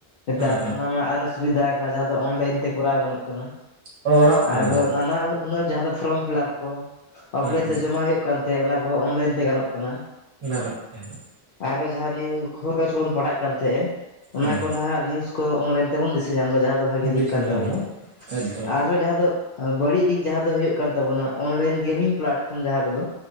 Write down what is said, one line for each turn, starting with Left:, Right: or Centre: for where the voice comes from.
Left: ᱱᱮᱛᱟᱨ
Right: ᱦᱮᱸ ᱦᱮᱸ
Left: ᱚᱱᱟ ᱢᱟ ᱟᱨᱚ ᱥᱩᱵᱤᱫᱷᱟ ᱟᱠᱟᱱᱟ ᱡᱟᱦᱟᱸ ᱫᱚ ᱚᱱᱞᱟᱭᱤᱱ ᱛᱮ ᱠᱚᱨᱟᱣ ᱜᱟᱱᱚᱜ ᱠᱟᱱᱟ᱾
Right: ᱚᱲᱟᱜ ᱠᱷᱚᱱ
Left: ᱟᱨᱦᱚᱸ
Right: ᱜᱮ ᱦᱮᱸ
Left: ᱱᱟᱱᱟ ᱦᱩᱱᱟᱹᱨ ᱡᱟᱦᱟᱸ ᱫᱚ ᱯᱷᱨᱚᱢ ᱯᱷᱤᱞᱟᱯ ᱠᱚ, ᱚᱯᱞᱟᱭᱤᱱ
Right: ᱦᱮᱸ
Left: ᱛᱮ ᱡᱚᱢᱟ ᱦᱩᱭᱩᱜ ᱠᱟᱱ ᱛᱟᱦᱮᱸᱜ ᱚᱱᱟ ᱠᱚᱦᱚᱸ ᱚᱱᱞᱟᱭᱤᱱ ᱛᱮ ᱜᱟᱱᱚᱜ ᱠᱟᱱᱟ᱾
Right: ᱜᱟᱱᱚᱜ ᱠᱟᱱᱟ
Left: ᱟᱨᱦᱚᱸ ᱡᱟᱦᱟᱸ ᱱᱤᱭᱩ ᱠᱷᱚᱵᱚᱨ ᱠᱟᱜᱡᱽ ᱠᱚ ᱵᱚᱱ ᱯᱟᱲᱦᱟᱜ ᱠᱟᱱ ᱛᱟᱦᱮᱸᱫᱼᱟ, ᱚᱱᱟ
Right: ᱦᱮᱸ
Left: ᱠᱚ ᱱᱟᱦᱟᱜ ᱱᱤᱭᱩᱡ ᱠᱚ ᱚᱱᱞᱟᱭᱤᱱ ᱛᱮᱵᱚᱱ ᱫᱤᱥᱟᱹ ᱧᱟᱢᱫᱟ ᱡᱟᱦᱟᱸ ᱫᱚ ᱵᱷᱟᱜᱤ
Right: ᱫᱤᱥ
Left: ᱫᱤᱠ ᱠᱟᱱ
Right: ᱧᱟᱢ
Left: ᱛᱟᱵᱚᱱᱟ,
Right: ᱫᱟᱭ ᱮᱠᱫᱚᱢ
Left: ᱟᱨᱦᱚᱸ ᱡᱟᱦᱟᱸ ᱫᱚ ᱵᱟᱹᱲᱤᱡ ᱫᱤᱠ ᱡᱟᱦᱟᱸ ᱫᱚ ᱦᱳᱭᱳᱜ ᱠᱟᱱ ᱛᱟᱵᱚᱱᱟ ᱚᱱᱞᱟᱭᱤᱱ ᱜᱮᱢᱤᱝ ᱯᱞᱟᱴᱯᱷᱚᱨᱚᱢ ᱡᱟᱦᱟᱸ ᱠᱚᱫᱚ᱾